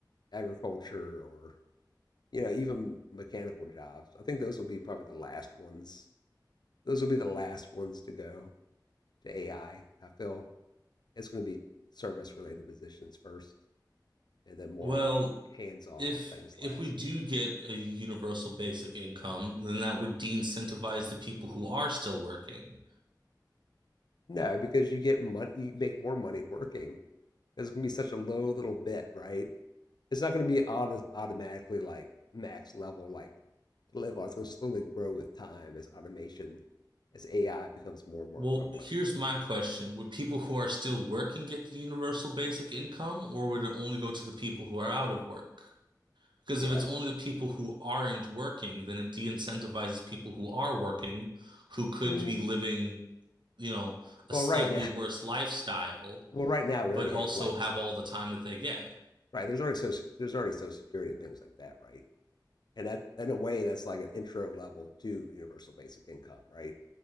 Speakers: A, on the left; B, on the right.
A: agriculture or you know even mechanical jobs. I think those will be probably the last ones. Those will be the last ones to go to AI. I I feel it's going to be service related positions first, and then more
B: Well,
A: like hands on
B: if
A: things
B: if
A: last.
B: we do get a universal basic income, then that would de-incentivize the people who are still working.
A: No, because you get money, you make more money working because it's going to be such a low little bit, right? it's not going to be auto- automatically like max level like to live on. It's going to slowly grow with time as automation, as AI becomes more and more
B: Well,
A: prevalent.
B: here's my question. Would people who are still working get the universal basic income, or would it only go to the people who are out of work? Because
A: Yeah.
B: if it's only the people who aren't working, then it de-incentivizes people who are working, who could
A: Mm,
B: be living, you know, a
A: Well,
B: slightly
A: right now,
B: worse lifestyle,
A: well, right now
B: but
A: we already
B: also
A: have like
B: have all the time that they get.
A: right. There's already social, there's already social security and things like that, right? And that in a way that's like an intro level to universal basic income, right?